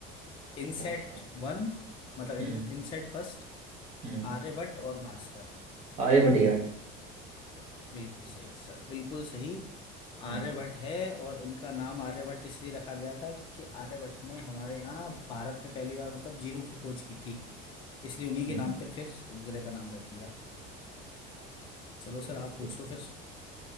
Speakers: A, on the left; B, on the right.
A: INSAT
B: अच्छा
A: one मतलब इन,
B: हम्म
A: इनसेट फर्स्ट
B: हम्म
A: आर्यभट्ट और भास्कर
B: आर्यभट्ट ही आई
A: बिल्कुल सही सर बिल्कुल सही
B: हम्म
A: आर्यभट्ट है और इनका नाम आर्यभट्ट इसलिए रखा गया था क्योंकि आर्यभट्ट ने हमारे यहाँ भारत में पहली बार मतलब जीरो की खोज की थी इसलिए उन्हीं के
B: हम्म
A: नाम पर फिर उपग्रह का नाम रख दिया चलो सर
B: ठीक
A: आप
B: ठीक
A: पूछो फिर